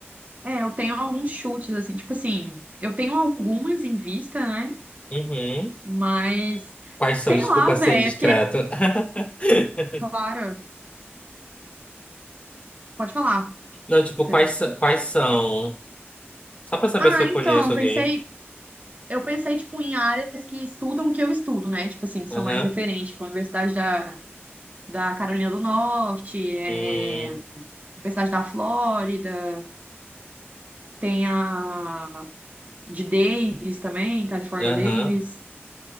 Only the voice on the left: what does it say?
Uhum.
Quais
são? Desculpa
ser indiscreto.
<laughs>
Não, tipo,
quais, sa- quais são? Só para saber
se eu
conheço alguém.
Aham.
Hum,
Aham.